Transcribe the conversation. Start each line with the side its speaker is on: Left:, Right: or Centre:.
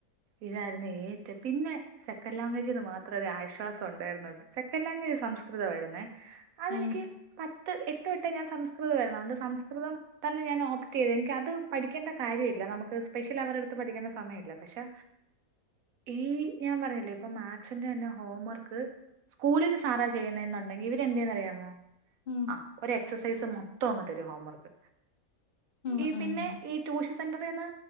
Right: ഇതായിരുന്നു ഏറ്റ പിന്നേ സെക്കൻഡ് ലാങ്ങുവേജീന്ന് മാത്രേ ഒരു ആശ്വാസം ഉണ്ടാരുന്നോളു സെക്കൻ് ലാങ്ങുവേജ് സംസ്കൃതം ആരുന്നേ അതെനിക്ക്
Left: ഉം
Right: പത്ത് എട്ടോട്ടെ ഞാൻ സംസ്കൃതം ആരുന്ന് അതോണ്ട് സംസ്കൃതം തന്നെ ഞാൻ ഓപ്റ്റ് ചെയ്ത് എനിക്ക് അത് പഠിക്കേണ്ട കാര്യമില്ല നമുക്ക് സ്പെഷ്യൽ അവർടുത്ത് പഠിക്കുന്ന സമയമില്ല പക്ഷെ ഈ ഞാൻ പറഞ്ഞില്ലേ ഇപ്പൊ മാക്സിന്റെ തന്ന ഹോം വർക്ക് കൂളിലെ സാറ ചെയ്യുനെന്നോണ്ടെങ്കി ഇവര് എന്തേന്നറിയാമോ
Left: ഉം
Right: ആഹ് ഒരു എക്സസൈസ് മൊത്തോ അങ്ങ് തരു ഹോംവർക്ക്
Left: ഉം
Right: ഈ
Left: ഉം
Right: പിന്നെ ഈ ടൂഷൻ സെന്ററീന്ന്